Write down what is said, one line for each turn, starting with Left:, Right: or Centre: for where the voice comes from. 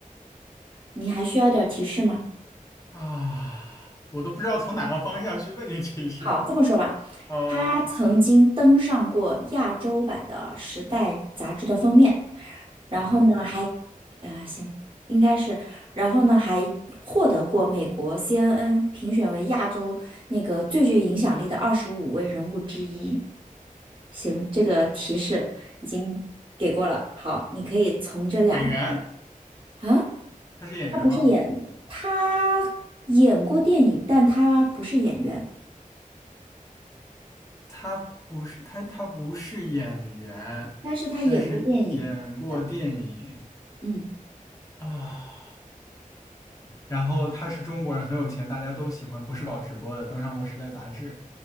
Right: 你还需要点儿提示吗？
Left: 啊，我都不知道从哪个方向去问你提示，
Right: 好，这么说吧，
Left: 呃
Right: 他曾经登上过亚洲版的《时代》杂志的封面，然后呢，
Left: 啊，
Right: 还，呃，行，应该是，然后呢，还获得过美国 CNN 评选为亚洲那个最具影响力的二十五位人物之一。行，这个提示已经给过了。好，你可以从这两个。
Left: 演员，
Right: 啊，
Left: 他是演员吗？
Right: 他不是演，他演过电影，但他不是演员，
Left: 他不是，他他不是演员，
Right: 但是他演过电影，
Left: 但是演过电影
Right: 是的，嗯，
Left: 啊。然后他是中国人，很有钱，大家都喜欢，不是搞直播的，登上过《时代》杂志